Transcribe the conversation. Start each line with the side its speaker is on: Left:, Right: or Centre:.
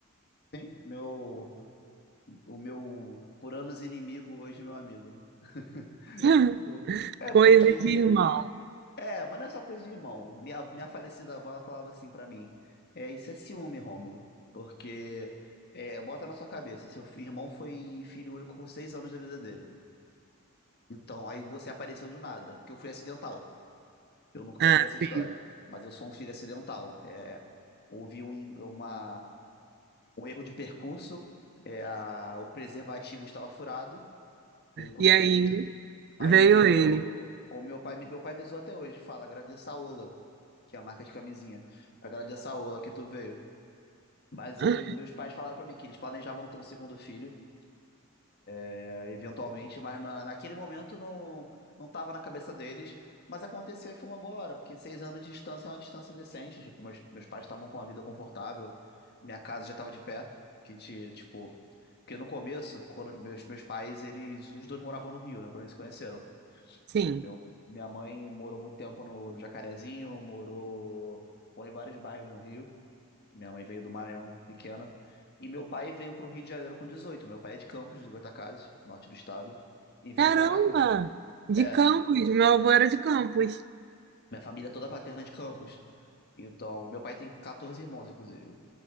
Left: Sim, meu. O meu por anos inimigo, hoje meu amigo. <laughs>
Right: <laughs>
Left: Por- É,
Right: Coisa
Left: porque
Right: de irmão.
Left: É, mas não é só coisa de irmão. Minha, minha falecida avó, ela falava assim pra mim: é, isso é ciúme, Rômulo. Porque, é, bota na sua cabeça, seu fi- irmão foi filho único por seis anos da vida dele. Então, aí você apareceu do nada, porque eu fui acidental. Eu nunca contei
Right: Ah,
Left: essa história,
Right: sim.
Left: mas eu sou um filho acidental. É, houve um, in- uma, um erro de percurso, é, a- o preservativo estava furado, veio com
Right: E
Left: defeito.
Right: aí
Left: Aí
Right: veio
Left: veio
Right: ele.
Left: eu, como meu pai, meu pai me zoa até hoje, fala, agradeça a Ola, que é a marca de camisinha. Agradeça a Ola que tu veio. Mas
Right: <laughs>
Left: os meus pais falaram pra mim que eles planejavam ter um segundo filho, é, eventualmente, mas na- naquele momento não, não tava na cabeça deles. Mas aconteceu e foi uma boa hora, porque seis anos de distância é uma distância decente. Tipo, meus, meus pais estavam com a vida confortável, minha casa já tava de pé, que a gente, tipo... Porque no começo, quando meus, meus pais, eles, os dois moravam no Rio, né, quando eles se conheceram.
Right: Sim.
Left: Meu, minha mãe morou muito tempo no, no Jacarezinho, morou, morou em vários bairros no Rio, que minha mãe veio do Maranhão, pequena. E meu pai veio para o Rio de Janeiro com 18. Meu pai é de Campos, do Goitacazes, norte do estado, e veio
Right: Caramba!
Left: para cá com... de-
Right: De
Left: É,
Right: Campos. Meu avô era de Campos.
Left: minha família é toda paterna é de Campos. Então, meu pai tem 14 irmãos, inclusive.